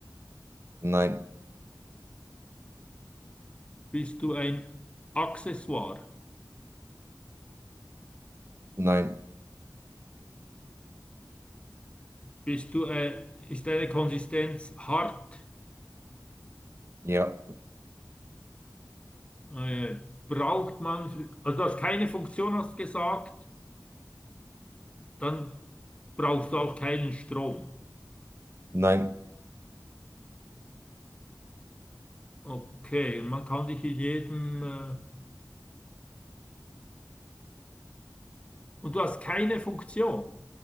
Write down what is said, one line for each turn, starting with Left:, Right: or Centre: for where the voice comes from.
Right: nein,
Left: Bist du ein Accessoire?
Right: nein,
Left: Bist du, äh, ist deine Konsistenz hart?
Right: ja,
Left: Äh, braucht man, also du hast keine Funktion, hast gesagt, dann brauchst du auch keinen Strom.
Right: nein.
Left: Okay, und man kann dich in jedem, äh, und du hast keine Funktion.